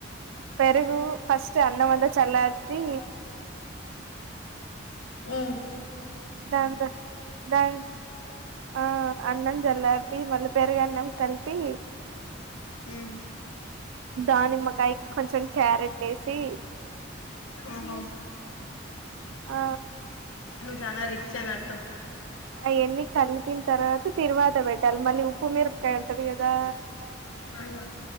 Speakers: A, on the right; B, on the left.
A: పెరుగు ఫస్ చ అన్నం అంతా చల్లర్చి
B: హ్మ్
A: దాన్ త దాన్ ఆ అన్నం జల్లార్పి మళ్ళ పెర్గన్నం కలిపి
B: హ్మ్
A: దానిమ్మకాయ్ కొంచం క్యారెట్ వేసి
B: ఓహో
A: ఆ
B: చానా రిచ్ అని అర్థం
A: అయన్నీ కలిపిన తర్వాత తరువాత పెట్టాలి మళ్ళీ ఉప్పు మిరపకాయ ఉంటది కదా
B: ఉమ్